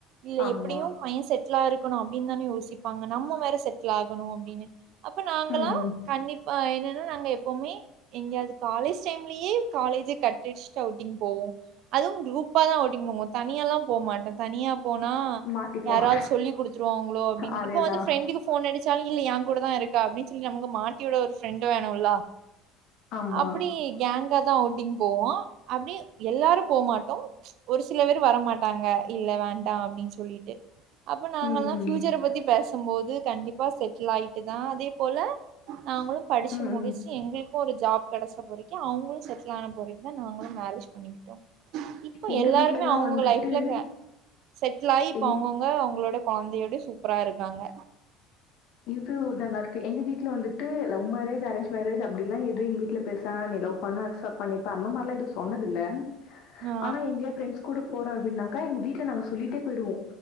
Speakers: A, on the right; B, on the left.
A: இல்ல
B: ஆமா.
A: எப்படியு பய செட்டிலாருக் கணு அப்படின்னுதானே யோசிப்பாங்க நம்ம வேற செட் டிலாகணு அப்படின்னு அப்ப நாங்களா
B: ம், ம்.
A: கண்டிப்பா என்னன்னா நாங்க எப்பவுமே எங்க அது காலேஜ் டைம்லயே காலேஜ் கட்டடிச்சு அவுட்டிங் போவோ அதுவு குரூப்பா தா அவுட்டிங் போவோ தனியால்லா போமாட்ட தனியா போனா
B: மாட்டிப்போம்.
A: யாராவது சொல்லி குடுத்துருவாங்களோ அப்படின்னு
B: அதேதான்.
A: இப்ப வந்து ப்ரெண்டுக்கு போன் அடிச்சாலு இல்ல ஏ கூடதா இருக்கா அப்பின்னு சொல்லி நமக்கு மாட்டிவிட ஒரு ப்ரெண்ட் வேணும்ல
B: ஆமா.
A: அப்படி கேங் காதா அவுட்டிங் போவோ அப்டியே எல்லாரு போமாட்டோ ஒரு சில பேர் வரமாட்டாங்க இல்ல வேண்டா அப்படின்னு சொல்லிட்டு அப்ப நாங்கல்லா
B: ம்,
A: பியூச்சர பத்தி பேசும்போது கண்டிப் செட்டில் ஆயிட்டு தா அதே போல நாங்களு படிச்சு
B: ம், ம்.
A: முடிச்சு எங்களுக் ஒரு ஜாப் கெடைச்ச பொறைக்கு அவங்களு செட்டில் ஆன பொறைக்குதா நாங்களு மேரேஜ் பண்ணிக்கிட்டோ இப்ப
B: எங்க
A: எல்லாருமே
B: வீட்லலாம்
A: அவங்கவுங்க
B: வந்துட்டு
A: லைஃப்ல அ செட்டில் ஆகி இப்ப
B: எங்
A: அவங்கவுங்க அவங்களோட கொழந்தையோட சூப்பரா இருக்காங்க
B: இது ஒரு நல்லாருக்கு எங்க வீட்ல வந்துட்டு லவ் மேரேஜ் அரேஞ் மேரேஜ் அப்படில்லா எது எங்க வீட்ல பெருசா லவ் பண்ண அக்சப் பண்ணிப்ப அந்தமாரிலா எது சொன்னதுல்ல
A: ஆ
B: ஆனா எங்கயாது ப்ரண்ட்ஸ் கூட போறோ அப்படின்னாக்கா எங்கவீட்ல நாங்க சொல்லிட்டே போயிடுவோ